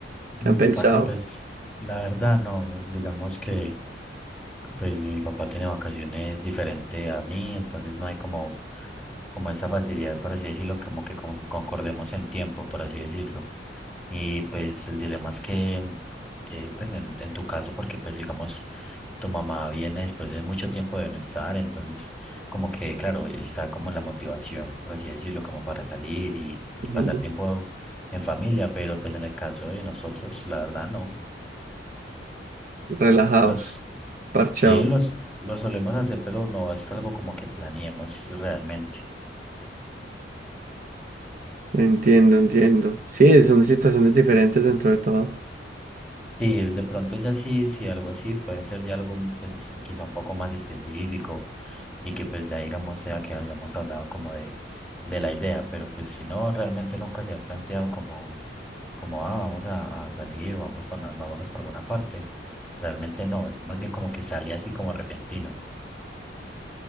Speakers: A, on the right; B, in the centre.
A: ¿Qué
B: Mm,
A: han pensado?
B: Parce, pues la verdad no, digamos que pues mi papá tiene vacaciones diferente a mí, entonces no hay como, como esa facilidad, por así decirlo, como que con- concordemos en tiempo, por así decirlo. Y pues el dilema es que, eh, pues en, en tu caso, porque pues digamos, tu mamá viene después de mucho tiempo de no estar, entonces como que, claro, está como la motivación, por así decirlo, como para salir y,
A: Ujú.
B: y pasar tiempo en familia, pero pues en el caso de nosotros, la verdad no.
A: Relajados,
B: Los,
A: parchados.
B: sí, los, los solemos hacer, pero no es algo como que planeemos realmente.
A: Entiendo, entiendo. Sí, son situaciones diferentes dentro de todo.
B: Sí, de pronto ya sí, sí, algo así puede ser ya algo pues, quizá un poco más específico y que pues ya digamos sea que hayamos hablado como de, de la idea, pero pues si no, realmente nunca se ha planteado como, como ah, vamos a, a salir, vamos para, vámonos para alguna parte. Realmente no, es más bien como que sale así como repentino.